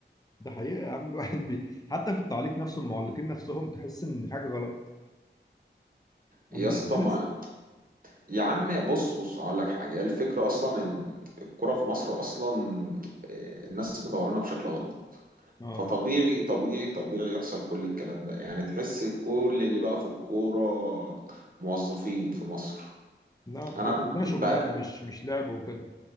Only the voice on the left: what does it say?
ده حقيقة يا عم الواحد بي... حتى في التعليق نفسه المعلقين نفسهم تحس ان في حاجة غلط
عندنا
تحس
اه
لا بالظبط
ده
شغلانة مش مش لعب وكده